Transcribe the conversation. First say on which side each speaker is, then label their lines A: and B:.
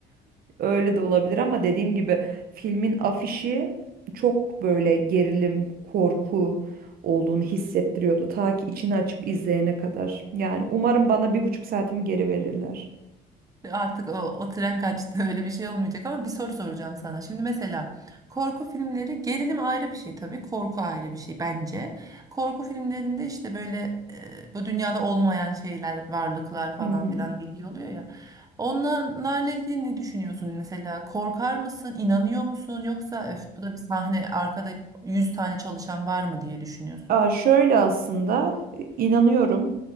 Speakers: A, on the right; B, on the right.
A: Öyle de olabilir ama dediğim gibi filmin afişi çok böyle gerilim, korku olduğunu hissettiriyordu. Ta ki içini açıp izleyene kadar. Yani umarım bana bir buçuk saatimi geri verirler.
B: Artık o, o tren kaçtı <laughs> öyle bir şey olmayacak ama bir soru soracağım sana. Şimdi mesela korku filmleri gerilim ayrı bir şey tabii korku ayrı bir şey bence. Korku filmlerinde işte böyle e, bu dünyada olmayan şeyler varlıklar falan
A: Hı hı.
B: filan ilgili oluyor ya. Onlarla ilgili ne düşünüyorsun mesela korkar mısın inanıyor musun yoksa öf bu da bir sahne arkada 100 tane çalışan var mı diye düşünüyorsun.
A: Aa, şöyle aslında e, inanıyorum